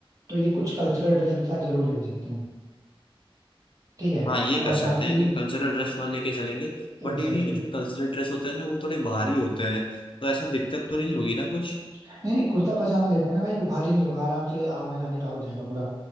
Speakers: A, on the right; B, on the left.
A: तो ये कुछ कल्चरल ड्रेस अपने साथ जरूर लेके चलते हैं ठीक है
B: हाँ ये कर
A: और
B: सकते
A: बाकी
B: हैं कि कल्चरल ड्रेस वाले लेके चलेंगे बट
A: एग्जैक्टली
B: ये भी
A: exactly.
B: जो कल्चरल ड्रेस होते हैं ना वो थोड़े बाहरी होते हैं तो ऐसा दिक्कत तो नहीं होगी ना कुछ
A: नहीं नहीं कुर्ता पजामा लेते हैं ना भाई वो भारी नहीं होगा आराम से आना जाने का हो जाएगा पूरा